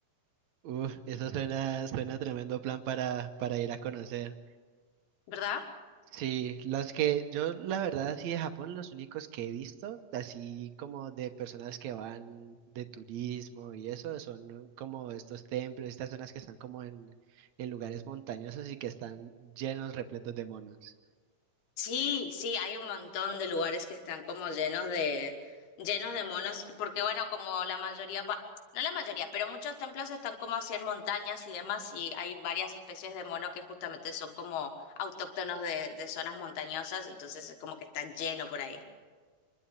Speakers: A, on the right (about 75°); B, on the left (about 80°).
A: Uf, eso suena, suena tremendo plan para, para ir a conocer.
B: <laughs> ¿verdad?
A: Sí, los que yo la verdad así de Japón, los únicos que he visto, así como de personas que van de turismo y eso, son como estos templos, estas zonas que están como en, en lugares montañosos y que están llenos, repletos de monos.
B: Sí, sí, hay un montón de lugares que están como llenos de, llenos de monos, porque bueno, como la mayoría, va, no la mayoría, pero muchos templos están como así en montañas y demás, y hay varias especies de mono que justamente son como autóctonos de, de zonas montañosas, entonces es como que está lleno por ahí.